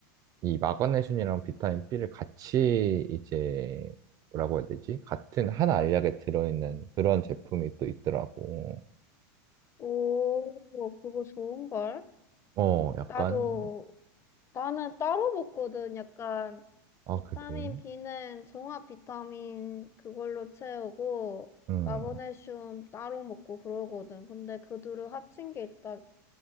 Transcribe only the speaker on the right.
이 마그네슘이랑 비타민 B를 같이 이제, 뭐라고 해야 되지? 같은 한 알약에 들어있는 그런 제품이 또 있더라고.
어, 약간,
아,
그래?
음.